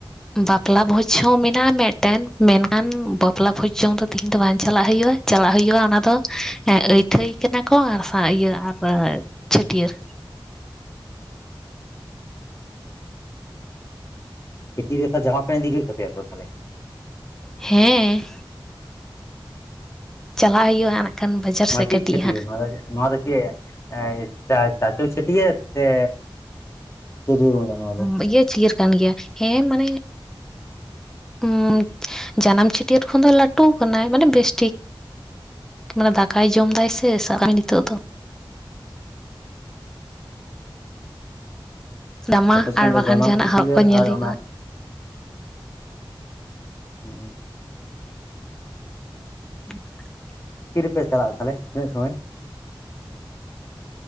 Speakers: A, in the centre; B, on the left.
A: ᱵᱟᱯᱞᱟ ᱵᱷᱚᱡᱽ ᱦᱚᱸ ᱢᱮᱱᱟᱜᱼᱟ ᱢᱮᱴᱮᱱ ᱢᱮᱱᱠᱷᱟᱱ ᱵᱟᱯᱞᱟ ᱵᱷᱚᱡᱽ ᱡᱚᱢ ᱫᱚ ᱛᱤᱦᱤᱧ ᱫᱚ ᱵᱟᱝ ᱪᱟᱞᱟᱜ ᱦᱩᱭᱩᱜᱼᱟ ᱪᱟᱞᱟᱜ ᱦᱩᱭᱩᱜᱼᱟ ᱚᱱᱟ ᱫᱚ ᱟᱹᱭᱴᱷᱟᱹᱭ ᱠᱟᱱᱟ ᱠᱚ ᱟᱨ ᱤᱭᱟᱹ ᱟᱨ ᱪᱷᱟᱹᱴᱭᱟᱹᱨ
B: ᱪᱷᱤᱴᱤ ᱨᱮ ᱛᱚ ᱡᱟᱢᱟ ᱯᱮᱱ ᱤᱫᱤ ᱦᱩᱭᱩᱜ ᱛᱟᱯᱭᱟ ᱛᱚ ᱛᱟᱦᱟᱞᱮ
A: ᱦᱮᱸ ᱪᱟᱞᱟᱜ ᱦᱩᱭᱩᱜ ᱱᱟᱜ ᱠᱷᱟᱱ ᱵᱟᱡᱟᱨ
B: ᱢᱟᱱᱢᱤ
A: ᱥᱮᱫ ᱠᱟᱹᱴᱤᱡ
B: ᱪᱷᱤᱴᱭᱟᱹᱨ
A: ᱦᱟᱸᱜ
B: ᱱᱚᱣᱟ ᱫᱚ ᱱᱚᱣᱟ ᱫᱚ ᱪᱮᱜ ᱮᱸ ᱪᱟ ᱪᱟᱪᱳ ᱪᱷᱟᱹᱴᱭᱟᱹᱨ ᱥᱮ <unintelligible> ᱱᱚᱣᱟ ᱫᱚ
A: ᱵᱤᱭᱟᱹ ᱪᱷᱤᱭᱟᱹᱨ ᱠᱟᱱ ᱜᱮᱭᱟ ᱦᱮᱸ ᱢᱟᱱᱮ ᱩᱸ ᱡᱟᱱᱟᱢ ᱪᱷᱟᱹᱴᱭᱟᱹᱨ ᱠᱷᱚᱱ ᱫᱚ ᱞᱟᱹᱴᱩ ᱠᱟᱱᱟᱭ ᱢᱟᱱᱮ ᱵᱮᱥ ᱴᱷᱤᱠ ᱢᱟᱱᱮ ᱫᱟᱠᱟᱭ ᱡᱚᱢᱫᱟᱭ ᱥᱮ ᱥᱟᱵ ᱠᱟᱜᱢᱮ ᱱᱤᱛᱳᱜ ᱫᱚ ᱡᱟᱢᱟ
B: ᱟᱯᱮ ᱥᱮᱱ
A: ᱟᱨ
B: ᱫᱚ
A: ᱵᱟᱠᱷᱟᱱ
B: ᱡᱟᱱᱟᱢ
A: ᱡᱟᱦᱟᱱᱟᱜ
B: ᱪᱷᱟᱹᱴᱭᱟᱹᱨ
A: ᱦᱚᱜ ᱠᱚ ᱧᱮᱞ
B: ᱟᱨ
A: ᱦᱩᱭᱩᱜᱼᱟ
B: ᱚᱱᱟ ᱚ
A: ᱦ <unintelligible>
B: ᱛᱤ ᱨᱮᱯᱮ ᱪᱟᱞᱟᱜ ᱛᱟᱦᱟᱞᱮ ᱛᱤᱱᱟᱹᱜ ᱥᱚᱢᱚᱭ?